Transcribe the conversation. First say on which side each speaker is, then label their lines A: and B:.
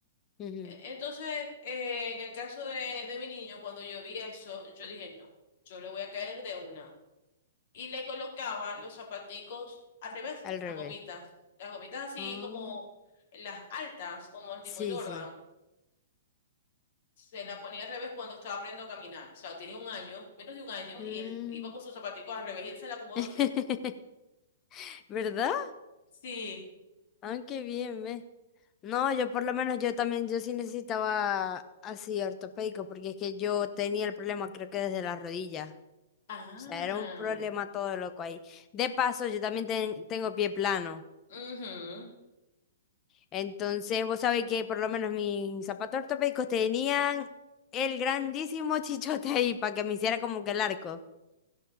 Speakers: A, on the left; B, on the left.
A: Ujú,
B: E- Entonces, eh, en el caso de, de mi niño, cuando yo vi eso, yo dije, no yo le voy a caer de una y le colocaba los zapaticos al revés,
A: Al revés.
B: las gomitas. Las gomitas así
A: Ah,
B: como las altas, como el tipo
A: sí,
B: Jordan.
A: sí.
B: Se la ponía al revés cuando estaba aprendiendo a caminar. O sea, tenía un año, menos de un año,
A: Mm.
B: y él iba con sus zapaticos al revés y él se le acomodó
A: <laughs>
B: el pie.
A: ¿Verdad?
B: Sí.
A: Ah, qué bien, ¿ves? No, yo por lo menos yo también, yo sí necesitaba así ortopédico, porque es que yo tenía el problema creo que desde las rodillas.
B: Ah.
A: O sea, era un problema todo loco ahí. De paso, yo también ten- tengo pie plano.
B: mhm
A: Entonces, vos sabés que por lo menos mis zapatos ortopédicos tenían el grandísimo <laughs> chichote ahí para que me hiciera como que el arco.